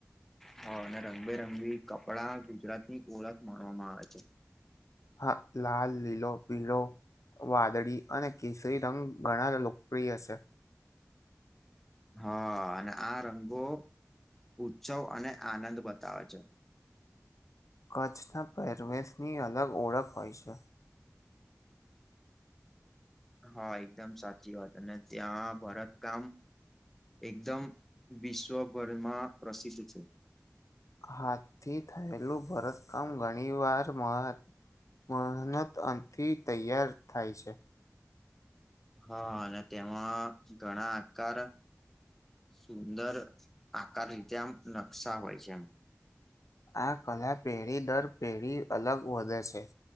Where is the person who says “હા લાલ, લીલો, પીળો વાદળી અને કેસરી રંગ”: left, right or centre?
Left